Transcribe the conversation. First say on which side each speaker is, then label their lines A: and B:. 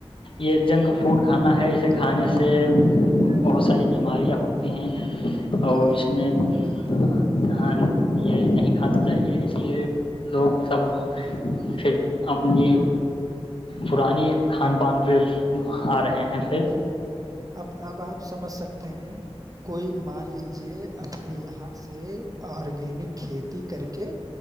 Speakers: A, on the left (about 55°); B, on the right (about 35°).
A: یہ جنک فوڈ کھانا ہے اسے کھانے سے بہت ساری بیماریاں ہوتی ہیں اور
B: ہاں
A: اس میں <unintelligible> ہاں یہ نہیں کھانا چاہیے اسی لیے لوگ سب پھر اپنی پرانی کھان پان پہ آ رہے ہیں پھر
B: اب اب آپ سمجھ سکتے ہیں کوئی مان لیجیے اپنے یہاں سے آرگینک کھیتی کر کے